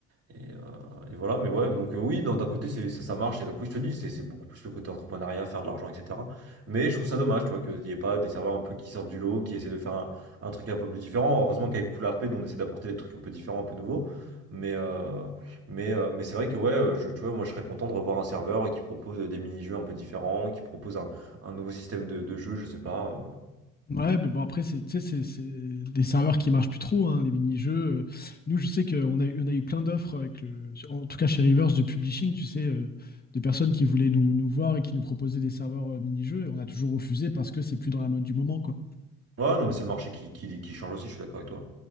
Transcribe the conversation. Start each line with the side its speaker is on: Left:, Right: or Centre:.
Right: et, euh, et voilà, mais ouais, donc euh, oui, d'un d'un côté, c'est, ça, ça marche, et donc oui, je te dis, c'est c'est beaucoup plus le côté entrepreneuriat, faire de l'argent, etc. Mais je trouve ça dommage, tu vois, qu'il n'y ait pas des serveurs un peu qui sortent du lot, qui essaient de faire un, un truc un peu plus différent. Heureusement qu'avec Poulard P, nous, on essaie d'apporter des trucs un peu différents, un peu nouveaux. Mais, euh, mais, euh, mais c'est vrai que, ouais, euh, je, tu vois, moi, je serais content de revoir un serveur qui propose des mini-jeux un peu différents, qui propose un, un nouveau système de, de jeu, je sais pas. euh.
Left: Ouais, mais bon, après, c'est, tu sais, c'est c'est des serveurs qui marchent plus trop, hein, les mini-jeux. Euh, Nous, je sais qu'on a, eu- on a eu plein d'offres avec le, en tout cas chez Rivers de publishing, tu sais, euh, de personnes qui voulaient nous, nous voir et qui nous proposaient des serveurs euh, mini-jeux, et on a toujours refusé parce que c'est plus dans la mode du moment, quoi.
Right: Ouais, non, mais c'est le marché qui, qui, qui change aussi, je suis d'accord avec toi.